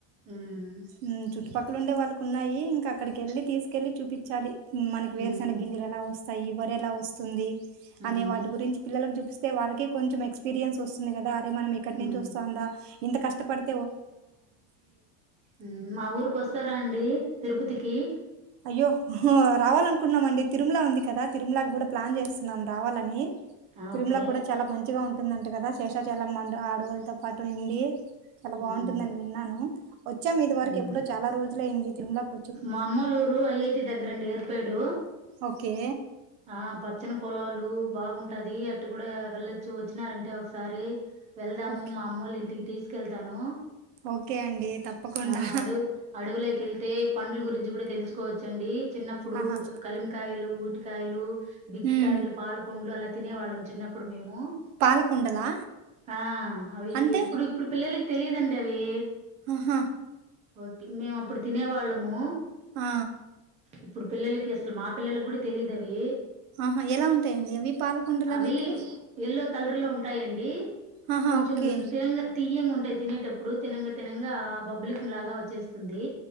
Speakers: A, on the right; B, on the right.
A: ఉమ్
B: మ్మ్ చుట్టుపక్కల ఉండే వాళ్ళకు ఉన్నాయి అక్కడికి ఎల్లి తీసుకెళ్లి చూపించాలి ఉమ్ మనకి వేరుసన
A: ఉమ్
B: గింజలు ఎలా వస్తా ఈ వర ఎలా వస్తుంది అనే
A: ఉమ్
B: వాటి గురించి పిల్లలకు చూపిస్త త వాళ్ళకి కొంచం ఎక్స్పీరియన్స్ వస్తుంది కదా మనం ఇక్కడి
A: ఉమ్
B: నుంచి వస్తుందా ఇంత కష్టప ప్యాడ్
A: ఉమ్ మా ఊరికి వస్తారా అండి తిరుపతికి
B: అయ్యో హా రావాలనుకుంటనామండి తిరుమల ఉంది కదా తిరుమలకి కూడా ప్లాన్ చేస్తున్నాం రావాలని
A: ఆ
B: తిరుముల
A: ఓకే
B: కూడా చాలా మంచిగా ఉందంట కదా శేషాచాల మ ఆడవులతో పాటు ఉండి చాలా బాగుంటుందని
A: ఉమ్
B: విన్నాను వోచ్ చ్చ మీది వర
A: ఉమ్
B: ఎడ చాల రజులు అ్యంది తిరులకి
A: మా అమ్మలూరు ఐఐటి దగ్గరండి ఏర్పాేడు
B: ఓకే
A: ఆ పచ్చని పొలాలు బాగుంటది అట్టు కూడా వెళ్లచ్చు వచ్చినారంటే ఒకసారి వెళ్దాము
B: ఓకే
A: మా అమ్మళ్ళ ఇంటికి థీస్ కెళ్తాను
B: ఓకే అండి తప్పకుండా
A: ఆ అడు అడవులోకి వెళ్తే పండ్ల గురించి కూడా తెలుసుకోవచ్చండి చిన్నప్పుడు
B: ఆహా
A: కలిమకాయలు కాయలు బిక్కికాయలు
B: ఉమ్,
A: పాల పండ్లు తినేవాళ్ళం చిన్నప్పుడు ఊ
B: పాలకుండలా
A: ఆ అవి
B: అంటే
A: ఇప్పుడు ఇప్పుడు పిల్లలకి తెలిదంటవే
B: ఆహా
A: ఓకే మేము అప్పుడు తినే వాళ్ళము
B: ఆ
A: ఇప్పుడు పిల్లలకి అసలు మా పిల్లలకి కూడా తెలిదువి
B: ఆహా ఎలా ఉంటాయండి అవి పాలకుండలు
A: అవి
B: అనేటివి
A: ఎల్లో కలర్ లో ఉంటాయండి
B: ఆహా
A: కొంచెం
B: ఓకే
A: తిన తియ్యంగా తినటప్పుడు తె తినంగా బబ్బులికి లాగా వచ్చేస్తుంది